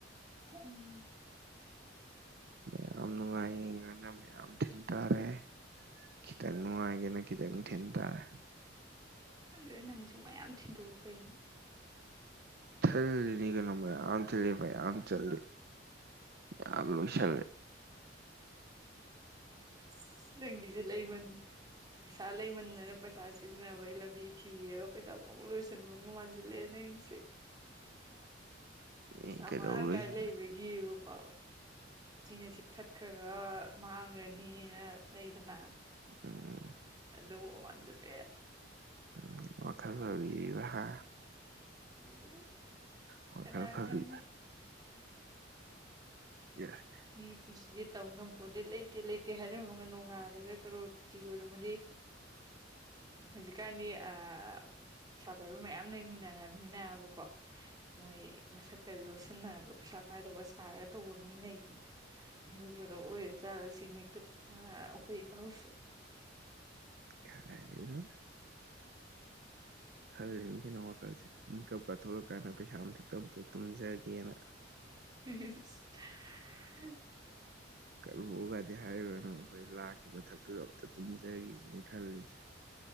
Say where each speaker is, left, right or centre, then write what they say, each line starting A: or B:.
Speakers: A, on the right; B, on the right.
A: ꯎꯝ
B: ꯃꯌꯥꯝ ꯅꯨꯡꯉꯥꯏ ꯌꯦꯡꯉꯅ ꯃꯌꯥꯝ ꯊꯤꯟ ꯇꯥꯔꯦ ꯈꯤꯇꯪ ꯅꯨꯡꯉꯥꯏꯒꯦꯅ ꯈꯤꯇꯪ ꯊꯤꯟ ꯇꯥꯔꯦ
A: ꯑꯗꯨꯟꯗꯦ ꯅꯪꯁꯨ ꯃꯌꯥꯝ ꯊꯤꯟꯗꯣꯛꯎ ꯀꯩꯅꯅꯤ
B: ꯊꯜꯅꯤ ꯀꯅꯣ ꯌꯥꯟ ꯆꯂ ꯌꯥꯥꯟ ꯆꯜꯜꯂꯤ ꯌꯥꯝ ꯂꯣꯏꯁꯤꯜꯂꯦ
A: ꯑꯁ ꯅꯪꯒꯤꯖꯦ ꯂꯩꯃꯟ ꯄꯩꯁꯥ ꯂꯩꯃꯟꯗꯅ ꯄꯩꯁꯥ ꯁꯤꯖꯤꯟꯅꯕꯩ ꯂꯝꯕꯤ ꯊꯤꯔꯒ ꯄꯩꯁꯥ ꯐꯥꯎ ꯂꯣꯏꯁꯟꯕ ꯉꯥꯟ ꯂꯦꯖꯅꯤꯡ ꯁꯤ ꯄꯩꯁꯥ
B: ꯌꯦꯡ ꯀꯩꯗꯧꯔꯣꯏꯁꯤꯅ
A: ꯃꯔꯥꯡ ꯀꯥꯏ ꯂꯩꯕꯒꯤꯕꯀꯣ ꯁꯤꯅ ꯆꯤꯛꯊꯠꯈ꯭ꯔꯒ ꯃꯥꯡꯒꯅꯤꯅ ꯂꯩꯗꯅ
B: ꯎꯝ
A: ꯑꯗꯨ ꯃꯥꯟꯖꯤꯂꯛꯑꯦ
B: ꯎꯝ ꯋꯥꯈꯜ ꯐꯕꯤꯔꯤꯕ ꯍꯥ
A: ꯎꯝ
B: ꯍꯣꯢ
A: ꯀꯅꯥ
B: ꯐꯕꯤ
A: ꯈꯪꯅꯤ
B: <unintelligible>
A: ꯃꯤ ꯄꯨꯟꯁꯤꯗꯤ ꯇꯝ ꯉꯝꯄꯣꯗꯦ ꯂꯩꯇꯦ ꯂꯩꯇꯦ ꯍꯥꯏꯔꯝꯃꯒ ꯅꯣꯡꯉꯥꯜꯂꯒ ꯀꯔꯣꯔꯄꯇꯤ ꯑꯣꯏꯔꯝꯃꯗꯤ ꯍꯧꯖꯤꯀꯥꯟꯗꯤ ꯑꯥ ꯄꯩꯁꯥ ꯄꯥꯏꯕ ꯃꯌꯥꯝ ꯂꯩꯃꯤꯟꯅꯔꯃꯤꯟꯅꯕꯀꯣ ꯃꯣꯏ ꯃꯁꯛꯀꯁꯨ ꯂꯣꯠꯁꯤꯟꯅ ꯔꯨꯞ ꯄꯩꯁꯥ ꯄꯥꯏꯗꯕ ꯁꯥꯔꯒ ꯇꯧꯕ ꯃꯤꯂꯩꯕꯅꯤ ꯑꯗꯨꯒꯗꯣ ꯑꯣꯏꯔ ꯆꯥꯔꯁꯤꯅꯤ ꯑꯩꯈꯣꯏ ꯏꯇꯥꯎꯁꯨ
B: ꯀꯔꯥꯢꯗꯩꯅꯣꯗ ꯈꯜꯂꯤ ꯕ ꯀꯩꯅꯣ ꯋꯥꯈꯜꯁꯤ ꯃꯤꯀꯞ ꯀꯥ ꯊꯣꯔꯀꯥꯟꯗ ꯄꯩꯁꯥ ꯃꯊꯛꯇ ꯑꯝꯇ ꯇꯨꯝꯖꯒꯦꯅ
A: <unintelligible>
B: ꯀꯔꯣꯛꯑꯒꯗꯤ ꯍꯥꯏꯔꯨꯔꯅꯨ ꯑꯩꯈꯣꯏ ꯂꯥꯛꯀꯤ ꯃꯊꯛꯇꯨꯗ ꯑꯝꯇ ꯇꯨꯝꯖꯈꯤꯁꯤꯅꯤ ꯈꯜꯂꯤꯁꯦ